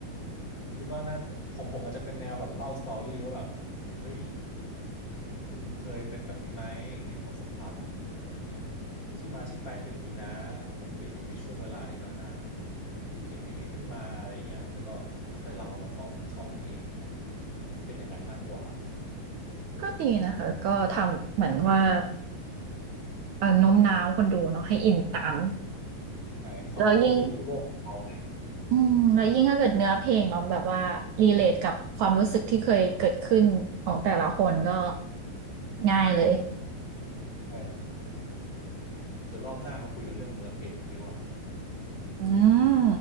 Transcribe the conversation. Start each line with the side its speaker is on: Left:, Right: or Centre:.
Left: คิดว่านั้นของผมมันจะเป็นแนวแบบเล่าสตอรี่ว่าแบบเฮ้ยคุณเคยเป็นแบบนี้ไหมในความสัมพันธ์อะไรอย่างเงี้ยที่มาที่ไปเป็นอย่างนี้นะผมติดอยู่ในช่วงเวลานี้มานานผมจึงเขียนเพลงนี้ขึ้นมาอะไรอย่างเงี้ยแล้วก็ค่อยๆเล่าแล้วก็เข้าเพลงอะไรอย่างเงี้ยเป็นอย่างนั้นมากกว่า
Right: ก็ดีนะคะ ก็ทำเหมือนว่าเอ่อโน้มน้าวคนดูเนาะให้อินตาม
Left: ใช่ให้เขาเข้าสู่โลกเราอะไรอย่างเงี้ย
Right: แล้วยิ่งอืมแล้วยิ่งถ้าเกิดเนื้อเพลงเนาะแบบว่ารีเลทกับความรู้สึกที่เคยเกิดขึ้นของแต่ละคนก็ง่ายเลย
Left: ใช่ครับเดี๋ยวรอบหน้ามาคุยกันเรื่องเนื้อเพลงดีกว่าครับ
Right: อืม